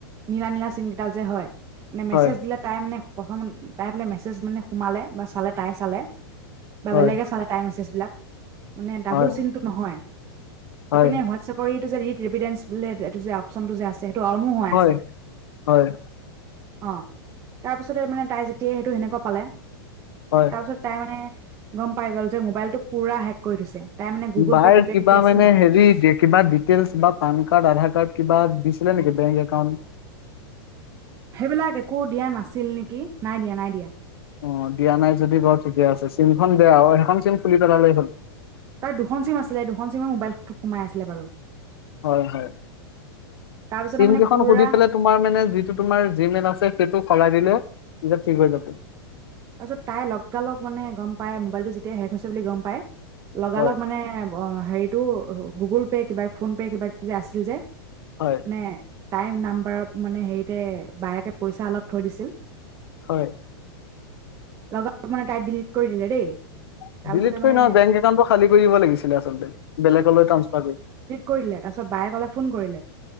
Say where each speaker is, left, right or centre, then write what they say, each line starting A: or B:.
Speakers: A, on the right (about 20°); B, on the left (about 70°).
A: নীলা নীলা চিনকেইডাল যে হয় মানে মেছেজ
B: হয়,
A: দিলে তাই মানে প্ৰথম তাই বোলে মেছেজ মানে সোমালে বা চালে তাই চালে বা
B: হয়,
A: বেলেগে চালে তটাই মেছেজবিলাক মানে ডাবল
B: হয়,
A: চিনটো নহয়
B: হয়,
A: এপিনে হোৱাটছএপ ৰি এইটো যে ডেঞ্চ বোলে এইটো যে অপচনটো যে আছে সেইটো অনো হৈ
B: হয়,
A: আছে
B: হয়,
A: অঁ তাৰপিছতে মানে তাই যেতিয়াই সেইটো সেনেকুৱা পালে
B: হয়
A: তাৰপিছত তাই মানে গম পাই গ'ল যে মোবাইলতটো পুৰা হেক কৰি থৈছে তাই মানে গুগল
B: বাৰ
A: পে' কিবা কিবি আছিল
B: মানে
A: ন
B: হেৰি যে কিবা ডিটেইলছ বা পান কাৰ্ড আধাৰ কাৰ্ড কিবা দিছিলে নেকি বেংক একাউণ্ট
A: সেইবিলাক একো দিয়া নাছিল নেকি নাই দিয়া নাই দিয়া
B: অ দিয়া নাই যদি বাৰু ঠিকে আছে চিমখন দিয় আৰু সেইখন চিম ফুলি পেলালেই হ'ল
A: তই দুখন চিম আছিলে দুখন চিমে মোবাইলটো সোমাই আছিলে বাৰু
B: হয় হয়
A: তাৰপিছতে
B: চিম
A: মানে
B: কেইখন
A: পুৰা
B: সুধি পেলাই তোমাৰ মানে যিটো তোমাৰ জি মেল আছে সেইটো সলাই দিলে প ঠিক হৈ য
A: তাৰ পিছত তাই লগালগ মানে গম পাই মোবাইলটো যেতিয়া শেষ হৈছে বুলি গম পাই লগালগ
B: হয়,
A: মানে অ হেৰিটো গুগল পে' কিবা ফোনপে' কিবা যে আছিল যে
B: হয়
A: মানে তাই নাম্বাৰত মানে হেৰিতে বায়েকে পইচা অলপ থৈ দিছিল
B: হয়
A: লগ মানে তাই ডিলিট কৰি দিলে দেই
B: <inaudible>
A: তাৰপিছতে মানে কৰিলে তাৰপিছত বায়ে ক'লে ফোন কৰিলে